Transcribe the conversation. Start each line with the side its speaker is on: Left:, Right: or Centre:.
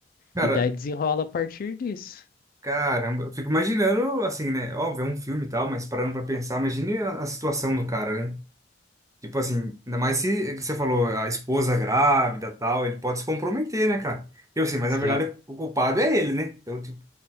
Right: Cara,
Left: E daí desenrola a partir disso.
Right: Caramba, eu fico imaginando, assim, né? Óbvio, é um filme e tal, mas parando pra pensar, imagine a, a situação do cara, né? Tipo assim, ainda mais se, que você falou, a esposa grávida tal, ele pode se comprometer, né, cara? Eu assim, mas
Left: Sim.
Right: na verdade o culpado é ele, né? Então, tipo,